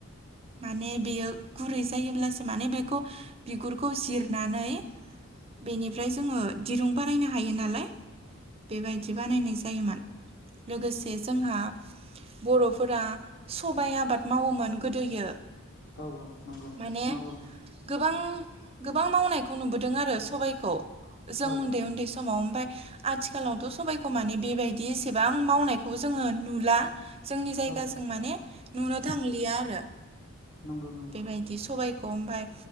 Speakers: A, on the right; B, on the left.
A: माने बेयो गुरै जायोब्लासो माने बेखौ बिगुरखौ जिरनानै बेनिफ्राय जोङो दिरुं बानायनो हायो नालाय बेबायदि बानायनाय जायोमोन। लोगोसे जोंहा बर'फोरा सबाय आबाद मावोमोन गोद दोयो
B: औ नंगौ
A: माने
B: मावो
A: गोबां मावनायखौ नुबो दों आरो सबायखौ जों
B: औ
A: उन्दै उन्दै समाव ओमफाय आथिखालावथ' सबायखौ माने बेबायदि एसेबां मावनायखौ जोङो नुला। जोंनि जायगाजों
B: औ
A: माने नुनो थांलिया आरो।
B: नंगौ नंगौ
A: बेबायदि सबाय ओमफाय